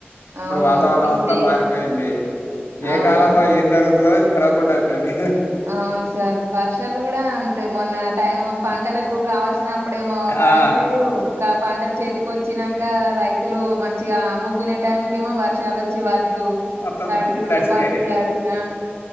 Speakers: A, on the left; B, on the right.
A: ఇప్పుడు
B: అవును
A: వాతావరణం
B: ఇప్పుడే
A: అంతా మారిపోయింది ఏ
B: అవును
A: కాలంలో ఏం జరుగుతాదో కరాకు <unintelligible> ట ఐపోయింది
B: అవును సార్ వర్షాలు కూడా అంతే మొన్న టైమ్ పంటలకు కావాల్సిన అప్ ఈప్పుడేమో పడట్లేదు
A: ఆ
B: ఇక పంటలు చేతికి వచ్చినాక రైతులు మంచిగా అమ్ముకునే టైంకేమో వర్షాలు వచ్చి వ
A: మొత్తం
B: తడుచుడు
A: తడిచిపోయినాయి
B: కూడాడు ఉ <unintelligible> పాతి తడిన